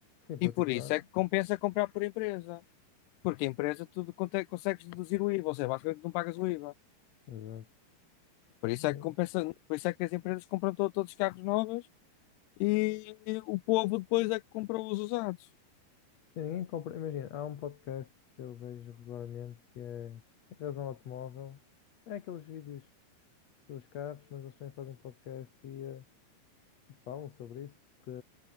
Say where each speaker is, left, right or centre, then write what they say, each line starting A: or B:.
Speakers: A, on the left (about 55°); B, on the left (about 80°).
A: Sim, particular,
B: e por isso é que compensa comprar por empresa. Porque a empresa tu conte- consegues deduzir o IVA, ou seja, basicamente não pagas o IVA.
A: exato.
B: Por isso
A: Eh,
B: é que compensa, por isso é que as empresas compram to- todos os carros novos e o povo depois é que compra os usados.
A: Sim, ninguém compra, imagina, há um podcast que eu vejo regularmente que é que é Razão Automóvel. É aqueles vídeos dos carros, mas eles também fazem podcast e, eh, e falam sobre isso, que,